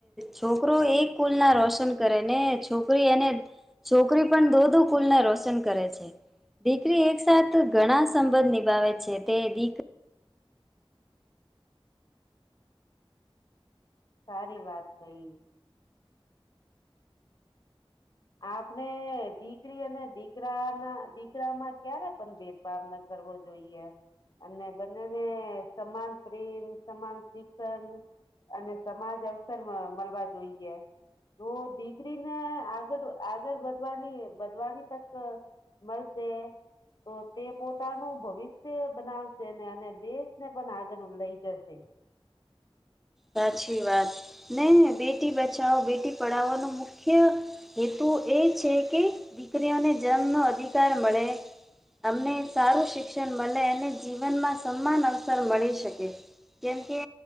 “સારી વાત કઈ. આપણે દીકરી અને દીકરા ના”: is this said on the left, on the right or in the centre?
Left